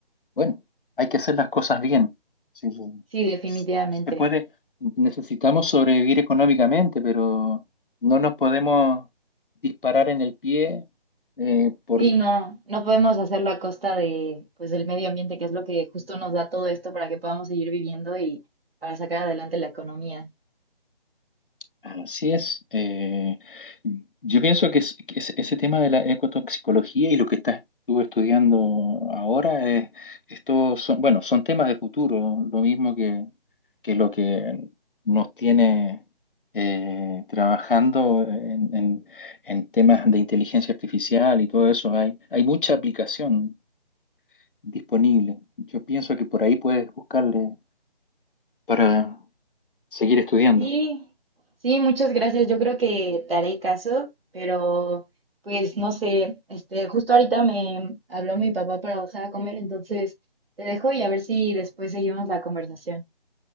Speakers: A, on the left; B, on the right.
A: bueno, hay que hacer las cosas bien. Sí, sí.
B: Sí, definitivamente.
A: se puede, necesitamos sobrevivir económicamente, pero no nos podemos disparar en el pie eh, por
B: Sí, no, no podemos hacerlo a costa de, pues, del medio ambiente, que es lo que justo nos da todo esto para que podamos seguir viviendo y para sacar adelante la economía.
A: Así es. eh, yo pienso que, es- que ese ese tema de la ecotoxicología y lo que estás tú estudiando ahora, es, estos son, bueno, son temas de futuro, lo mismo que, que lo que nos tiene eh, trabajando en, en- en temas de inteligencia artificial y todo eso. Hay, hay mucha aplicación disponible. Yo pienso que por ahí puedes buscarle para seguir estudiando.
B: Sí, sí, muchas gracias. Yo creo que te haré caso, pero pues no sé, este, justo ahorita me habló mi papá para bajar a comer, entonces te dejo y a ver si después seguimos la conversación.